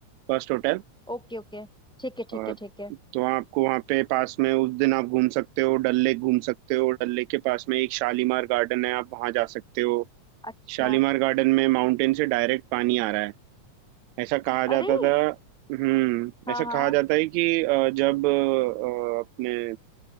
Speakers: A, on the right (about 80°); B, in the centre.
A: फर्स्ट होटल
B: Okay okay ठीक है ठीक
A: अ,
B: है ठीक है
A: तो आपको वहाँ पे पास में उस दिन आप घूम सकते हो डल लेक घूम सकते हो डल लेक के पास में एक शालीमार गार्डन है आप वहाँ जा सकते हो
B: अच्छा
A: शालीमार गार्डन में माउंटेन से डायरेक्ट पानी आ रहा है ऐसा कहा जाता
B: अरे
A: था हम्म
B: हाँ
A: ऐसा
B: हाँ
A: कहा जाता है कि अ, जब अ, अपने